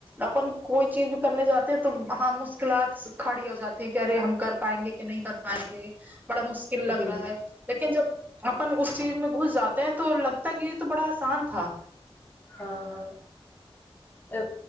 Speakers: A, on the right (about 15°); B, on the left (about 20°).
A: اپن کوئی چیز بھی کرنے جاتے ہیں تو ہاں مشکلات کھڑی ہو جاتی ے کہراہیں ہم کر پائیں گے کہ نہیں کر پائیں گے بڑا مشکل لگ
B: جی
A: رہا ہے لیکن جب اپن اس چیز میں گھس جاتے ہیں تو لگتا ہے کہ یہ تو بڑا آسان تھا
B: ہاں ہاں ا